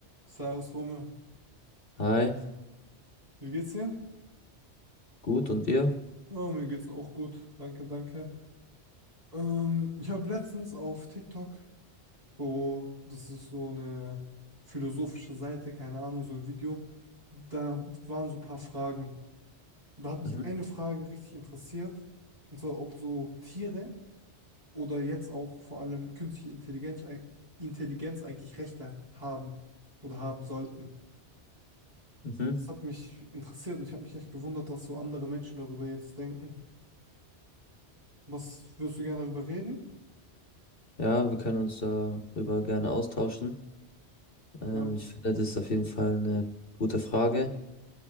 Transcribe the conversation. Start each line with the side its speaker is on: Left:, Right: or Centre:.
Right: Servus Romeo,
Left: Hi,
Right: wie geht's dir?
Left: gut und ihr?
Right: Ja, mir geht's auch gut, danke, danke. Ähm, ich habe letztens auf TikTok, so, das ist so eine philosophische Seite, keine Ahnung, so ein Video, da waren so ein paar Fragen. Da hat mich
Left: Mhm.
Right: eine Frage richtig interessiert, und zwar ob so Tiere oder jetzt auch vor allem künstliche Intelligenz, Intelligenz eigentlich Rechte haben oder haben sollten.
Left: Mhm.
Right: Das hat mich interessiert und ich habe mich echt gewundert, dass so andere Menschen darüber jetzt denken. Was würdest du gerne darüber reden?
Left: Ja, wir können uns darüber gerne austauschen. Ähm,
Right: Ja,
Left: ich finde, das ist auf jeden Fall eine gute Frage,